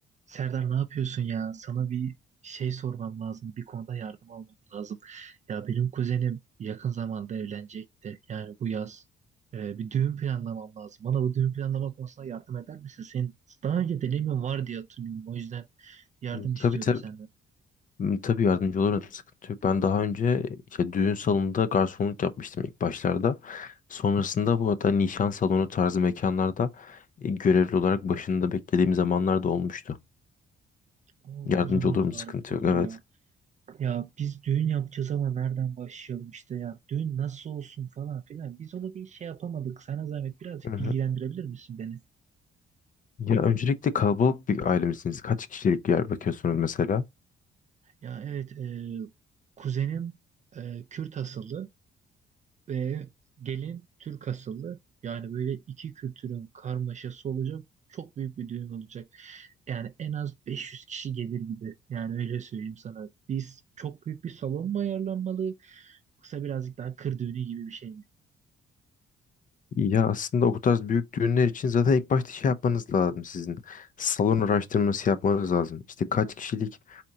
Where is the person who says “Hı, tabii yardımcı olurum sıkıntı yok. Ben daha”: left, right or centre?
Left